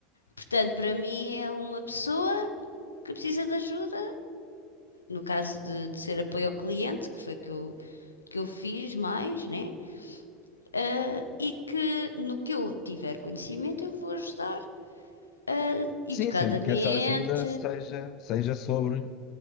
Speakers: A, on the left; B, on the left.
A: Portanto, para mim é uma pessoa que precisa de ajuda, no caso de, de ser apoio ao cliente, que foi que eu, que eu fiz mais, né? Ah, e que no que eu tiver conhecimento eu vou ajudar ah,
B: Sim,
A: educadamente.
B: sempre que essa ajuda seja, seja sobre,